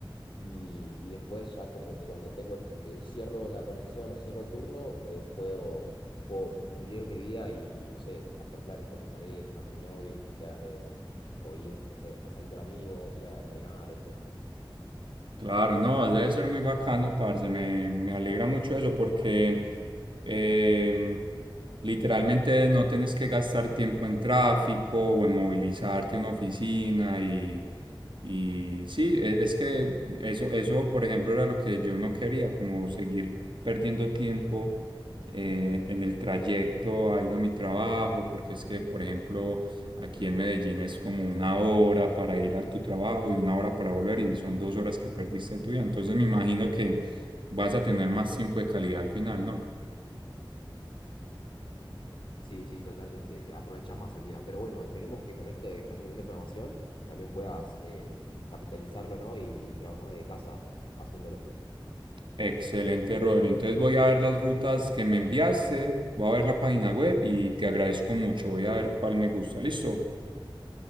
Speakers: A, on the left; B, on the right.
A: y, y después ya como que cuando tengo, eh, cierro la conexión o cierro el turno, eh, puedo, puedo vivir mi vida y, y, no sé, hacer planes con mi pareja, con mi novia, eh, o ir, no sé, a salir con amigos, ir a entrenar, etc.
B: Claro, no, debe ser muy bacano, parce. Me, me alegra mucho eso porque em, literalmente no tienes que gastar tiempo en tráfico o en movilizarte a una oficina y, y sí, e- es que eso, eso, por ejemplo, era lo que yo no quería, como seguir perdiendo tiempo eh, en el trayecto a ir a mi trabajo, porque es que, por ejemplo, Aquí en Medellín es como una hora para ir a tu trabajo y una hora para volver y son dos horas que perdiste de tu vida. Entonces me imagino que vas a tener más tiempo de calidad al final, ¿no?
A: Sí, sí, totalmente. Aprovechás más el día. Pero bueno, esperemos que con esto de que estás aprendiendo programación también puedas eh, capitalizarlo, ¿no? Y, y trabajar desde casa haciéndolo.
B: Excelente, Rodri. Entonces voy a ver las rutas que me enviaste, voy a ver la página web y te agradezco mucho. Voy a ver cuál me gusta. ¿Listo?